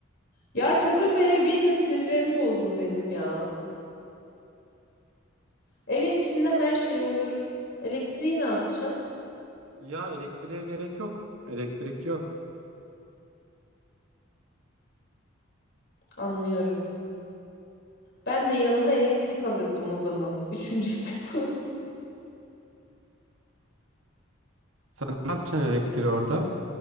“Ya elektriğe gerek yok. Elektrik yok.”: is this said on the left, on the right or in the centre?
Right